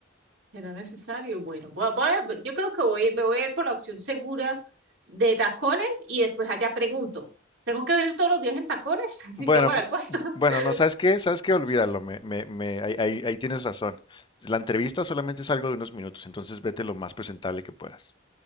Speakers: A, on the right; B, on the left.
A: ¿Será necesario? Bueno, voy a- voy a- yo creo que voy, me voy a ir por la opción segura de tacones y después allá pregunto. ¿Tengo que venir todos los días en tacones? <laughs> Así
B: Bueno,
A: quedo para
B: pu-
A: el puesto.
B: bueno,
A: <laughs>
B: no, ¿sabes qué? ¿Sabes qué? Olvídalo, me, me, me, ahí, ahí- ahí tienes razón. La entrevista solamente es algo de unos minutos, entonces vete lo más presentable que puedas.